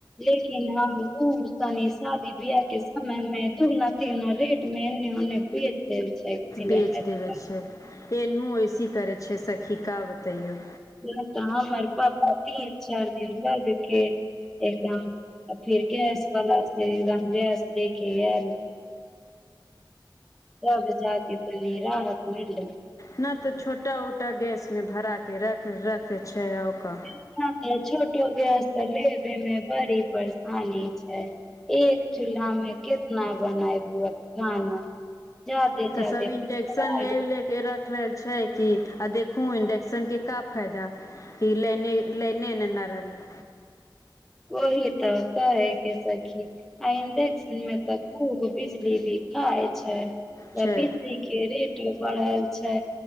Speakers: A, in the centre; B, on the left.
A: लेकिन हम दूर तनि शादी बिआह के समय मे दूगुना तिगुना रेट मे इने उने बेच देल छै सिलेंडर
B: बेच देबे छै एन्हु ओइसी करै छै सखी का बतैयो
A: नै तऽ हमर पप्पा तीन चारि दिन लऽ लेत के एकदम फिर गैस वला से एकदम गैस लेके आएल तब जाके तनि राहत मिललै
B: ना तऽ छोटा उटा गैस मे भरा के रख-रखै छै ओका
A: <unintelligible> छोटो गैस तऽ लेबे मे बड़ी परेशानी छै एक चूल्हा मे कितना बनाइबो खाना जादे
B: तऽ
A: जादे
B: सब
A: परिवार
B: इंटेक्शन ले-ले के रख- -खल छै की आ देखू इंडेक्सन के का फायदा की लाईने लाईने ना रहले
A: ओहि तऽ कहै के सखी आ इंडक्शन मे तऽ खूब बिजली भी खाइ छै
B: छै
A: तऽ बिजली के रेटो बढ़ल छै,